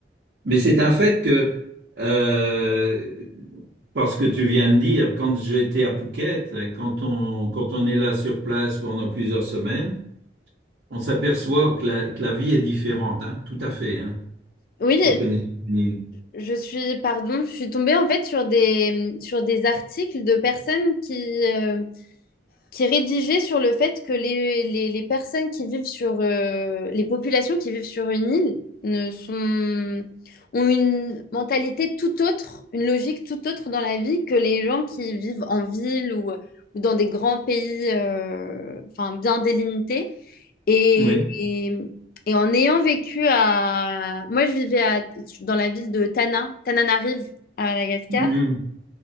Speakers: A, on the right (about 65°); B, on the left (about 55°).
A: Mais c'est un fait que, euh, parce que tu viens de dire, quand j'étais à Phuket, quand on, quand on est là sur place pendant plusieurs semaines, on s'aperçoit que la, que la vie est différente, hein, tout à fait, hein,
B: Oui,
A: quand on est juvénile.
B: je, je suis, pardon, je suis tombée en fait sur des, sur des articles de personnes qui, euh, qui est rédigé sur le fait que les, les- les personnes qui vivent sur euh, les populations qui vivent sur une île ne sont, ont une mentalité tout autre, une logique tout autre dans la vie que les gens qui vivent en ville ou, ou dans des grands pays euh, enfin, bien délimités. Et,
A: Oui.
B: et, et en ayant vécu à... Moi, je vivais à- dans la ville de Tana, Tananarive, à Madagascar.
A: Mhm.